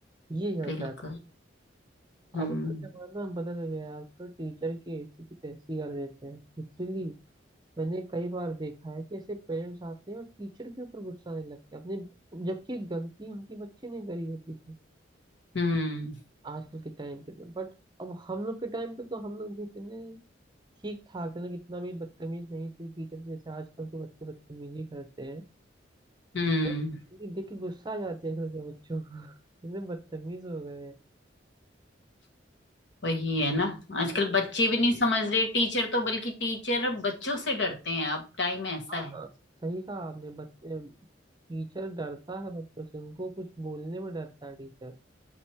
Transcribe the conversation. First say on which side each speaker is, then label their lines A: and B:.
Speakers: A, on the right (about 20°); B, on the left (about 70°).
A: ये चलता
B: बिल्कुल
A: था
B: हम्म
A: अब तो जमाना बदल गया अब तो टीचर की ऐसी की तैसी कर देते हैं लिटरली मैंने कई बार देखा है कि ऐसे पेरेंट्स आते हैं और टीचर के ऊपर गुस्सा नहीं लगते हैं अपने जबकि गलती उनकी बच्चे ने करी होती थी
B: हम्म
A: आजकल के टाइम पे तो बट अब हम लोग के टाइम पे तो हम लोग भी इतने ठीक ठाक थे ना कितना भी बदतमीज नहीं थे टीचर जैसे आजकल के बच्चे बदतमीजी करते हैं
B: हम्म
A: मेरा- ये देख के गुस्सा आ जाती है आजकल के बच्चों को <laughs> कितने बदतमीज हो गए हैं
B: वही है ना आजकल
A: हाँ
B: बच्चे भी नहीं समझ रहे टीचर तो बल्कि टीचर बच्चों से डरते हैं अब टाइम ऐसा
A: हाँ,
B: है
A: सही कहा आपने बच्चे टीचर डरता है बच्चों से उनको कुछ बोलने में डरता है टीचर